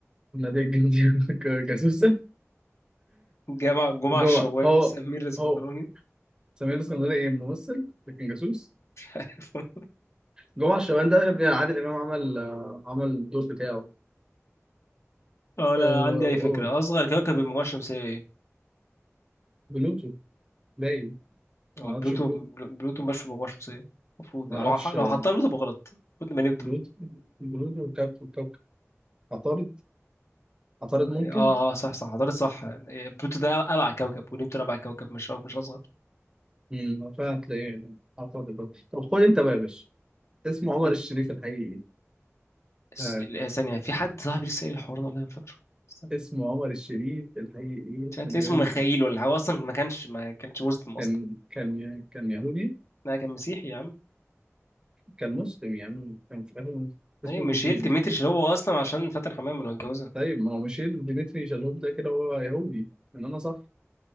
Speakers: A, on the right; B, on the left.
A: نادي الجندي <laughs> ك- جاسوسة
B: جمع جمعة
A: جوه
B: الشوان
A: هو
B: سمير الاسكندراني
A: هو سمير اسكندري ايه ممثل لكن جاسوس
B: <laughs>
A: جمعة الشوال ده يا ابني عادل إمام عمل آه، عمل الدور بتاعه
B: ولا
A: آه،
B: عندي أي فكرة
A: قول
B: آه، أصغر كوكب في المجموعة الشمسية إيه؟
A: بلوتو باين
B: هو
A: ما اعرفش
B: بلوتو
A: بلوتو
B: بلوتو مش في المجموعة الشمسية المفروض
A: ما
B: يعني
A: اعرفش
B: لو ح- لو
A: آه،
B: حطها بلوتو بغلط المفروض نبقى نبتون
A: بلوتو بلوتو وكابتن كوكب عطارد عطارد
B: اه
A: ممكن
B: اه صح صح حضرتك صح يعني بلوتو ده أبعد كوكب ونبتون أبعد كوكب مش أو- مش أصغر
A: امم فعلا تلاقيه عطارد برضه. طب خد انت بقى يا باشا اسمه عمر
B: <laughs>
A: الشريف الحقيقي ايه؟
B: الس-
A: آه.
B: ال- آه، ثانية في حد صاحبي لسه قايل الحوار ده والله ما فاكره استنى
A: اسمه عمر الشريف الحقيقي ايه؟
B: مش هتلاقي
A: من
B: اسمه
A: غير
B: مخايل ولا حاجة هو أصلا ما كانش ما كانش مسلم أصلا
A: كان كان كان يهودي
B: لا كان مسيحي يا عم
A: كان مسلم يعني كان في الاخر اسمه
B: أيوة
A: ميشيل
B: ميشيل ديمتريش اللي هو أصلا عشان فاتن حمامة لو اتجوزها
A: طيب ما هو ميشيل ديمتري شالوب ده كده هو يهودي ان انا صح